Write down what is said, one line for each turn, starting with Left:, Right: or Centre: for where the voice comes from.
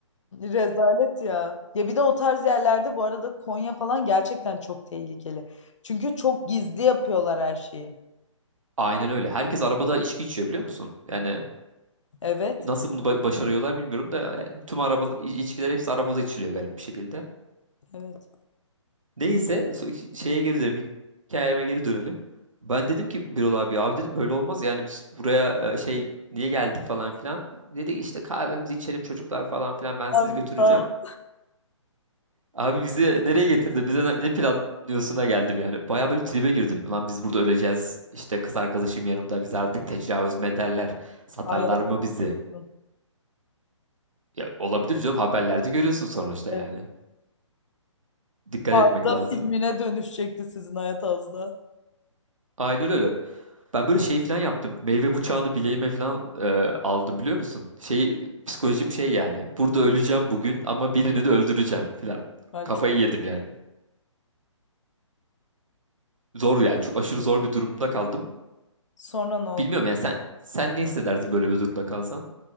Left: rezalet ya. Ya bir de o tarz yerlerde bu arada Konya falan gerçekten çok tehlikeli. Çünkü çok gizli yapıyorlar her şeyi.
Right: Aynen öyle. Herkes arabada içki içiyor biliyor musun? Yani
Left: Evet.
Right: Nasıl bunu ba- başarıyorlar bilmiyorum da e, tüm araba iç- içkiler hepsi arabada içiliyor garip bir şekilde.
Left: Evet.
Right: Neyse so- şeye geri dönelim. Hikayeme geri dönelim. Ben dedim ki Birol abi abi dedim böyle olmaz yani biz buraya e, şey niye geldik falan filan. Dedi işte kahvemizi içelim çocuklar falan filan ben
Left: Abi
Right: sizi götüreceğim.
Left: sağ ol.
Right: Abi bizi nereye getirdi? Bize ne, ne planlıyorsun'a geldim yani. Baya böyle tribe girdim. Lan biz burada öleceğiz. İşte kız arkadaşım yanımda biz artık tecavüz mederler. Satarlar
Left: Ay Allah
Right: mı bizi?
Left: korusun.
Right: Ya olabilir canım haberlerde görüyorsun sonuçta
Left: Evet.
Right: yani. dikkat
Left: Bu arada
Right: etmek lazım.
Left: filmine dönüşecekti sizin hayat az da.
Right: Aynen öyle. Ben böyle şey falan yaptım. Meyve bıçağını bileğime falan e, aldım biliyor musun? Şey psikolojim şey yani. Burada öleceğim bugün ama birini de öldüreceğim falan.
Left: Ay
Right: Kafayı yedim yani. Zor yani. Çok aşırı zor bir durumda kaldım.
Left: Sonra ne oldu?
Right: Bilmiyorum yani sen sen ne hissedersin böyle bir durumda kalsan?